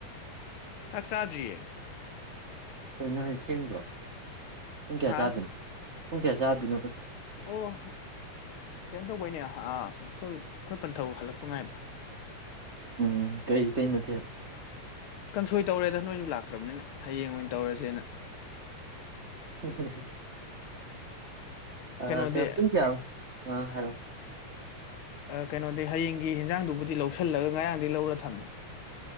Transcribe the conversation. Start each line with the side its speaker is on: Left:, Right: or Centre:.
Left: ꯆꯥꯛ ꯆꯥꯥꯗ꯭ꯔꯤꯌꯦ
Right: ꯀꯩꯅꯣꯍꯥꯢꯖꯤ ꯊꯦꯡꯗ꯭ꯔꯣ ꯄꯨꯡ ꯀꯌꯥ
Left: ꯍꯥ
Right: ꯆꯥꯗꯣꯏꯅꯣ ꯄꯨꯡ ꯀꯌꯥ ꯆꯥꯗꯣꯏꯅꯣ
Left: ꯑꯣ ꯀꯩꯅꯣ ꯇꯧꯕꯩꯅꯦ ꯑꯩꯈꯣꯏ ꯑꯩꯈꯣꯏ ꯄꯟꯊꯧ ꯍꯜꯂꯛꯄ ꯉꯥꯏꯕ
Right: ꯎꯝ ꯀꯩ ꯀꯩ ꯃꯊꯦꯜ
Left: ꯀꯥꯡꯁꯣꯏ ꯇꯧꯔꯦꯗ ꯅꯣꯏꯁꯨ ꯂꯥꯛꯇ꯭ꯔꯕꯅꯤꯅ ꯍꯌꯦꯡ ꯑꯣꯏꯅ ꯇꯧꯔꯁꯦꯅ
Right: ꯎꯍꯍꯍꯍ ꯑ
Left: ꯀꯩꯅꯣꯗꯤ
Right: ꯀ ꯄꯨꯡ ꯀꯌꯥ ꯑ ꯍꯥꯢꯌꯣ
Left: ꯀꯩꯅꯣꯗꯤ ꯍꯌꯦꯡꯒꯤ ꯍꯟꯖꯥꯡꯗꯨꯕꯨꯗꯤ ꯂꯧꯁꯤꯜꯂꯒ ꯉꯔꯥꯡꯗꯒꯤꯩ ꯂꯧꯔ ꯊꯝꯃꯦ